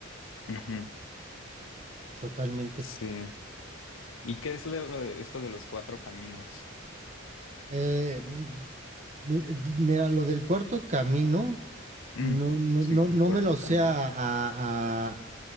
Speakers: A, on the left (about 75°); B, on the right (about 35°).
A: Ujú,
B: totalmente.
A: Sí. ¿Y qué es lo de esto de los cuatro caminos?
B: Eh, mm, mi- mira, lo del cuarto camino,
A: Mm,
B: no, no,
A: sí,
B: no, no
A: el cuarto
B: me lo sé
A: camino.
B: a, a, a-